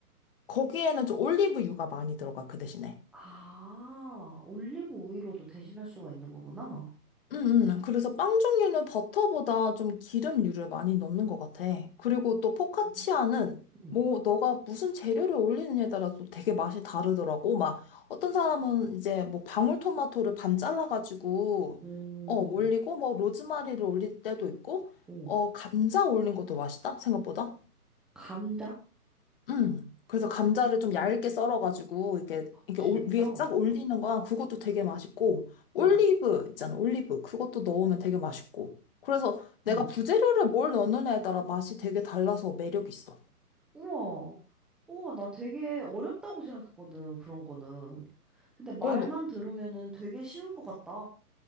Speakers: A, on the left; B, in the centre.
A: 거기에는 좀 올리브유가 많이 들어가, 그 대신에.
B: 아, 올리브 오일로도 대신할 수가 있는 거구나.
A: 음, 음. 그래서 빵 종류는 버터보다 좀 기름류를 많이 넣는 것 같아. 그리고 또 포카치아는
B: 음. 응.
A: 뭐 너가 무슨 재료를 올리느냐에 따라 또 되게 맛이 다르더라고. 막 어떤 사람은 이제 뭐 방울토마토를 반 잘라가지고
B: 오,
A: 어 올리고 뭐 로즈마리를 올릴 때도 있고
B: 오,
A: 어 감자 올린 것도 맛있다 생각보다.
B: 감자?
A: 음. 그래서 감자를 좀 얇게 썰어가지고 이렇게 이렇게
B: 진짜?
A: 올- 위에 쫙 올리는 거야. 그것도 되게 맛있고 올리브
B: 응,
A: 있잖아. 올리브 그것도 넣으면 되게 맛있고. 그래서 내가
B: 응.
A: 부재료를 뭘 넣느냐에 따라 맛이 되게 달라서 매력 있어.
B: 우와, 우와, 나 되게 어렵다고 생각했거든, 그런 거는. 근데 말만
A: 어, 너-
B: 들으면은 되게 쉬울 것 같다.